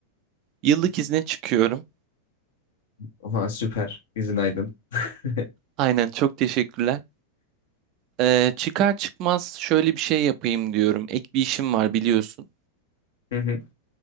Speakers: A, on the right; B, on the left.
A: yıllık izne çıkıyorum.
B: Oha süper. Yüzün aydın. <laughs>
A: Aynen çok teşekkürler. Ee, çıkar çıkmaz şöyle bir şey yapayım diyorum. Ek bir işim var biliyorsun.
B: Hı hı.